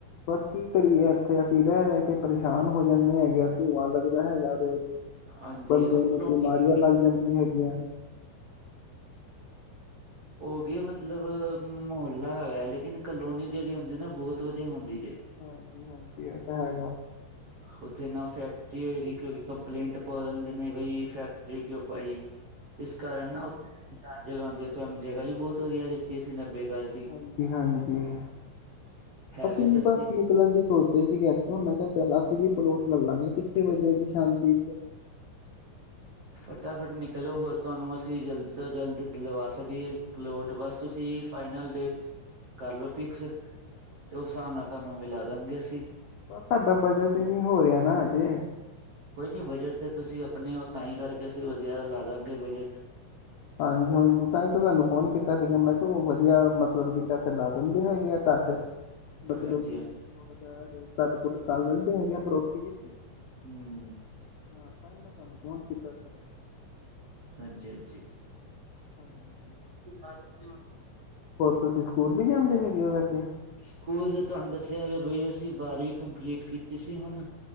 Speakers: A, on the left; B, on the right.
A: ਬਸ ਕੀ ਕਰੀਏ ਇੱਥੇ ਅਸੀਂ ਰਹਿ ਰਹਿ ਕੇ ਪਰੇਸ਼ਾਨ ਹੋ ਜਾਂਦੇ ਹੈਗੇ ਆ ਧੂੰਆਂ ਲੱਗਦਾ ਹੈਗਾ ਰੋਜ਼
B: ਹਾਂਜੀ
A: ਬੰਦੇ
B: ਉਹ
A: ਨੂੰ
B: ਕਲੋਨੀ
A: ਬਿਮਾਰੀਆਂ ਲੱਗ ਜਾਂਦੀਆਂ ਹੈਗੀਆਂ
B: ਉਹ ਗਿਆ ਮਤਲਬ ਮੁਹੱਲਾ ਹੈਗਾ ਲੇਕਿਨ ਕਲੋਨੀ ਜਿਹੜੀ ਹੁੰਦੀ ਨਾ ਬਹੁਤ ਵਧੀਆ ਹੁੰਦੀ ਜੇ।
A: ਹਾਂਜੀ ਹਾਂਜੀ ਇਹ ਤਾਂ ਹੈਗਾ।
B: ਉੱਥੇ ਨਾ ਫੈਕਟਰੀ ਹੋਏਗੀ ਕਿਉਂਕਿ ਕੰਪਲੇਂਟ ਪਾ ਦਿੰਦੇ ਨੇ ਬਈ ਫੈਕਟਰੀ ਕਿਉਂ ਪਾਈ।
A: ਹੂੰ।
B: ਇਸ ਕਾਰਨ ਨਾ ਉੱਥੇ ਸ਼ਾਨ ਜਗ੍ਹਾ ਹੁੰਦੀ ਹੈ ਤੁਹਾਨੂੰ ਜਗ੍ਹਾ ਵੀ ਬਹੁਤ ਵਧੀਆ ਦਿੱਤੀ ਸੀ ਨੱਬੇ ਗਜ਼।
A: ਹਾਂਜੀ ਹਾਂਜੀ
B: ਹੈ
A: ਅਸੀਂ ਵੀ
B: ਸਸਤੀ
A: ਬਸ ਨਿਕਲਣ ਦੀ। ਸੋਚਦੇ ਸੀਗੇ ਇੱਥੋਂ ਮੈਂ ਕਿਹਾ ਚੱਲ ਅਸੀਂ ਵੀ ਪਲੋਟ ਲੈ ਲਾਂਗੇ ਕਿੱਥੇ ਵਧੀਆ ਜੀ ਸ਼ਾਂਤੀ।
B: ਫਟਾਫਟ ਨਿਕਲੋ ਹੋਰ ਤੁਹਾਨੂੰ ਅਸੀਂ ਜਲਦ ਤੋਂ ਜਲਦ ਦਿਲਵਾ ਸਕੀਏ। ਪਲੋਟ ਬਸ ਤੁਸੀਂ
A: ਹਾਂਜੀ ਹਾਂਜੀ
B: ਫਾਈਨਲ ਡੇਟ ਕਰਲੋ ਫਿਕਸ। ਤੇ ਉਸ ਹਿਸਾਬ ਨਾਲ ਤੁਹਾਨੂੰ ਮਿਲਾ ਦਾ ਗੇ ਅਸੀਂ।
A: ਉਹ ਸਾਡਾ ਬਜਟ ਹੀ ਨਹੀਂ ਹੋ ਰਿਹਾ ਨਾ ਅਜੇ।
B: ਕੋਈ ਨਹੀਂ ਬਜਟ 'ਚ ਤੁਸੀਂ ਆਪਣੇ ਉਹ ਤਾਂਹੀ ਕਰਕੇ ਅਸੀਂ ਵਧੀਆ ਲਾਂਦਾਗੇ ਬਜਟ।
A: ਹਾਂਜੀ ਹਾਂਜੀ ਤਾਂ ਹੀ ਤਾਂ ਤੁਹਾਨੂੰ ਫੋਨ ਕੀਤਾ ਸੀਗਾ ਮੈਂ ਕਿਹਾ ਉਹ ਵਧੀਆ ਮਤਲਬ ਕਿ ਪੈਸੇ ਲਾ ਦਿੰਦੇ ਹੈਗੇ ਆ ਘੱਟ। ਮਤਲਬ
B: ਹਾਂਜੀ
A: ਕਿ
B: ਹਾਂਜੀ
A: ਥੋੜਾ ਜਿਹਾ ਰੇਟ ਘੱਟ ਕੁੱਟ ਕਰ ਲੈਂਦੇ ਹੈਗੇ ਆ ਪ੍ਰੋਪਰਟੀ ਵਿੱਚ।
B: ਹੂੰ।
A: ਹਾਂ ਤਾਂ ਹੀ ਮੈਂ ਤੁਹਾਨੂੰ ਫੋਨ ਕੀਤਾ ਸੀਗਾ।
B: ਹਾਂਜੀ ਹਾਂਜੀ।
A: ਹਾਂਜੀ
B: ਹਾਂਜੀ
A: ਹੋਰ ਤੁਸੀਂ ਸਕੂਲ ਵੀ ਜਾਂਦੇ ਹੈਗੇ ਹੋ ਵੈਸੇ।
B: ਸਕੂਲ ਤੁਹਾਨੂੰ ਦੱਸਿਆ ਬਈ ਅਸੀਂ ਬਾਰਵੀਂ ਕੰਪਲੀਟ ਕੀਤੀ ਸੀ ਹੁਣ।